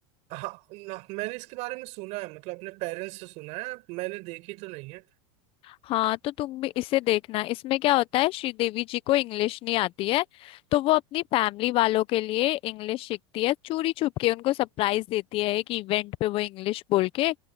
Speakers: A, on the right (about 55°); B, on the left (about 40°).
A: हाँ ना, मैंने इसके बारे में सुना है मतलब अपने पेरेंट्स से सुना है मैंने देखी तो नहीं है
B: हाँ तो तुम भी इसे देखना इसमें क्या होता है श्रीदेवी जी को इंग्लिश नहीं आती है तो वो अपनी फैमिली वालों के लिए इंग्लिश सीखती है चोरी छुप के उनको सरप्राइज देती है एक इवेंट पे वो इंग्लिश बोल के